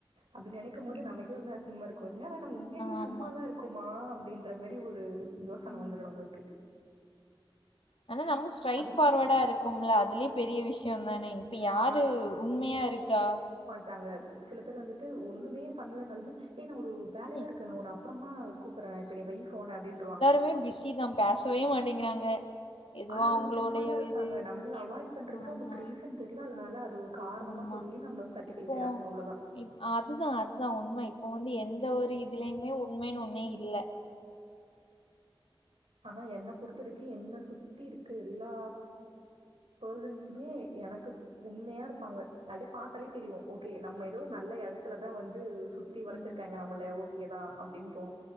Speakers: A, on the right (about 80°); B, on the left (about 75°).
A: அப்டி நெனைக்கு போது
B: ம்
A: நமக்கே ஒருமே அசிங்கமா என்னடா நம்ம உண்மையிலே
B: ஆமா
A: சும்மாதா இருக்கோமா அப்டின்றமாதி ஒரு யோசன
B: ம்.
A: வந்துடு நம்மளுக்கு
B: அனா நம்ம ஸ்ட்ரைட்
A: அதும்
B: ஃபார்வர்டா இருக்கும்ல அதுலய பெரிய விஷயம் தானே இப்ப யாரு
A: ஆ
B: உண்மையா இருக்கா
A: தாங்க சில பேர் வந்துட்டு ஒண்ணுமே பண்ணலனாலுமே ஏன் ஒரு வேலையா
B: ஏ,
A: இருக்கானு அப்புறமா கூப்பிறே இப்ப நீ வய் ஃபோன் அப்டின்ற்வாங்க
B: இப்பயு பிசிதா பேசவே மாட்டேங்கிறாங்க எதுவோ
A: ஆனா அவங்க
B: அவங்களுடைய
A: சும்மாதா இருப்பாங்க
B: இது
A: நம்மள அவாய்ட் பண்றதுக்கு
B: ஆமா
A: அவங்களுக்கு ரீசன் தெர்ல அதனால அது ஒரு காரணமா
B: ஆமா
A: சொல்லி நம்மள தட்டி
B: இப்போ
A: கழிக்ராங்க அவ்ளோதா
B: இப் அதுதா அதுதா உண்மை இப்போ வந்து எந்த ஒரு இதுலயுமே உண்மைன்னு ஒன்னே இல்ல
A: ஆனா என்ன பொருத்துவரைக்கு என்ன சுத்தி இருக்கு எல்லா பர்சன்ஸுமே எனக்கு உண்மையா இருப்பாங்க அப்டி பார்த்தாலே தெரியு ஓகே நம்ம இத் ஏதோ நல்ல எடத்துலதா வந்து சுத்தி வளைச்சிருக்காங்க
B: ம்
A: நம்மள ஓகேதா அப்டின்னு தோணு